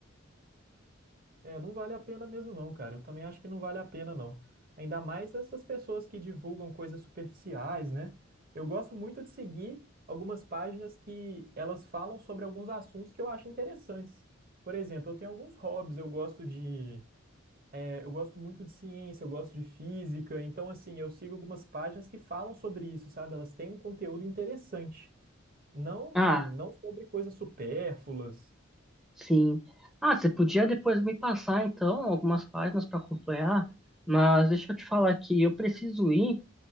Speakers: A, on the right (about 45°); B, in the centre.
A: É, não vale a pena mesmo não, cara. Eu também acho que não vale a pena não. Ainda mais essas pessoas que divulgam coisas superficiais, né? Eu gosto muito de seguir algumas páginas que elas falam sobre alguns assuntos que eu acho interessantes. Por exemplo, eu tenho alguns hobbies, eu gosto de, é, eu gosto muito de ciência, eu gosto de física, então assim, eu sigo algumas páginas que falam sobre isso, sabe? Elas têm um conteúdo interessante, não
B: Ah,
A: não sobre coisas supérfluas.
B: sim. Ah, você podia depois me passar, então, algumas páginas para acompanhar, mas deixa eu te falar que eu preciso ir,